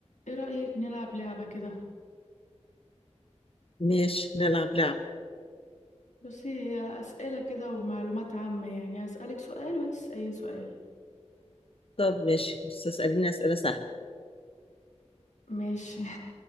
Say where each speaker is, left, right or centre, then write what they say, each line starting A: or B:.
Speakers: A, on the left; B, on the left.
A: ايه رأيك نلعب لعبة كده
B: ماشي نلعب لعب
A: بصي هي أسئلة كده ومعلومات عامة يعني هسألك سؤال وانت تسألين سؤال
B: طب ماشي بس اسأليني أسئلة سهلة
A: ماشي